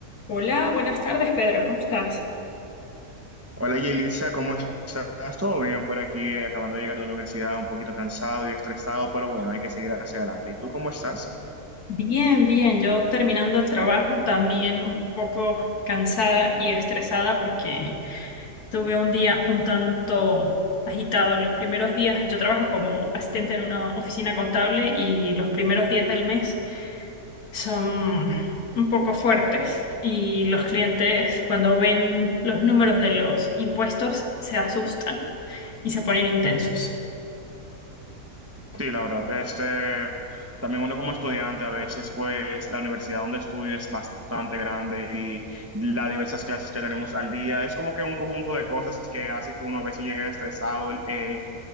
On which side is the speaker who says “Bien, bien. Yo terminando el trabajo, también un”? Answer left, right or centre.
Left